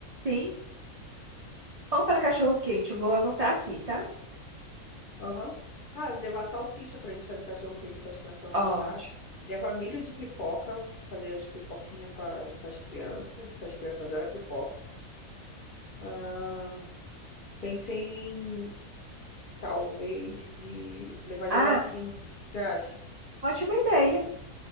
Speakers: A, on the right; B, on the left.
A: Sim. Pão para cachorro quente. Eu vou anotar aqui, tá?
B: Aham. Ah, levar salsicha pra gente fazer cachorro quente para as crianças
A: Ótimo.
B: lanchar. Levar milho de pipoca. Fazer as pipoquinhas para as crianças, que as crianças adoram pipoca. Ah, Pensei em talvez de levar
A: Ah,
B: gelatina. Você acha?
A: ótima ideia.